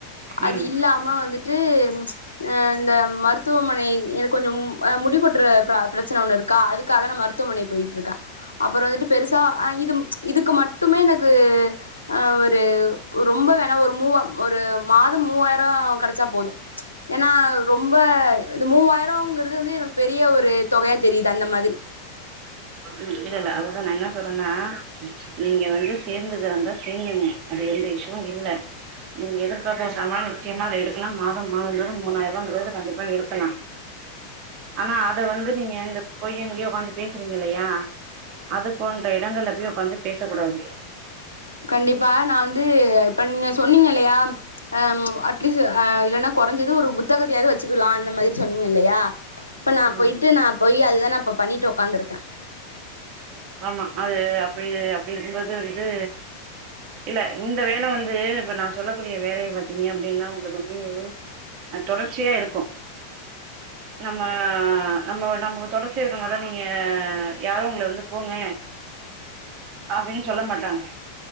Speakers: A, on the left; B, on the right.
A: அது
B: ம்
A: இல்லாம வந்துட்டு ம்ச் அ இந்த மருத் மருத்துவமனை எனக்கு கொஞ்சம் அ முடி கொட்ற பிர பிரச்சன ஒன்னு இருக்கா அதுக்காக நா மருத்துவமனை போயிட்ருக்கே அப்பற வந்துட்டு பெருசா அ இதும் இதுக்கு மட்டுமே எனக்கு அ ஒரு ரொம்ப வேணா ஒரு மூவா ஒரு மாத மூவாயிர கெடைச்சா போது ஏனா ரொம்ப இந்த மூவாயிரங்கிறது வந்து எனக்கு பெரிய ஒரு தொகையா தெரியிது அந்த மாதிரி
B: ம் இல்லல்ல அததா நா என்ன சொல்றனா நீங்க வந்து சேந்துக்கிறதாந்தா சேந்துகுங்க அது எந்த இஷ்யுவு இல்ல நீங்க எதிர்பாத்த சம்பள நிச்சயமா அத எடுக்கல மாதம் மாதந் தோறும் மூணாயிரூவாங்கிறது கண்டிப்பா எடுக்கலா ஆனா அத வந்து நீங்க இந்த கொழந்தைங்களையு ஒக்காந்துட் பேசுறீங்க இல்லையா அது போன்ற எடங்கள்ல போய் ஒக்காந்து பேசக் கூடாது
A: கண்டிப்பா நா வந்து இப்ப நீங்க சொன்னீங்க இல்லையா அ அட்லீஸ்ட் ஆ இல்லனா கொறைஞ்சது ஒரு புத்தகத்தையாவ்து வச்சுக்கலா அந்த மாதிரி சொன்னீங்க இல்லையா இப்ப நா
B: ம்
A: போயிட்டு நா போய் அதுதா நா இப்ப பண்ணிட்டு ஒக்காந்துருக்கே
B: ஆமா அது அப்டி அப்டி இருக்கும்போது வந்து இல்ல இந்த வேல வந்து இப்ப நா சொல்லக்கூடிய வேலைய பாத்தீங்க அப்டினா உங்களுக்கு வந்து அது தொடர்ச்சியா இருக்கு நம்ம நம்ம நமக்கு தொடர்ச்சியா இருக்க மாரிதா நீங்க யாரு உங்கள வந்து போங்க பாப்பீங்கன் சொல்ல மாட்டாங்க